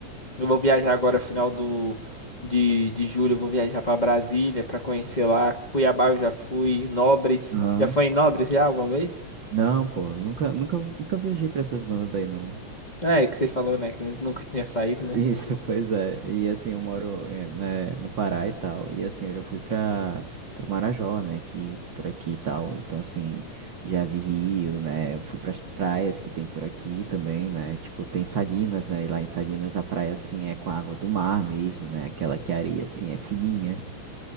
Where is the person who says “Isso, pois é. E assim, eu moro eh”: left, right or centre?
Right